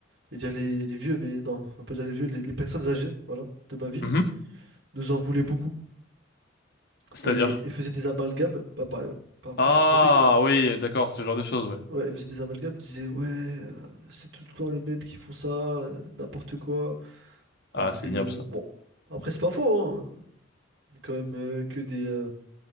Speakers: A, on the right; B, on the left.
A: J'allais dire les, les vieux, mais non, on va pas dire les vieux, les, les personnes âgées, voilà, de ma ville,
B: Mhm.
A: nous en voulaient beaucoup
B: C'est-à-dire?
A: et, et faisaient des amalgames, pas par, par rapport
B: Ah,
A: au trafic, tu vois.
B: oui, d'accord, ce genre de choses, ouais.
A: Ouais, ils faisaient des amalgames, ils disaient, ouais, euh, c'est tout le temps les mêmes qui font ça, euh, n'importe quoi. Alors
B: Ah, c'est
A: que,
B: ignoble, ça.
A: bon, après, c'est pas faux, hein. Il y a Quand même, euh, que des, euh,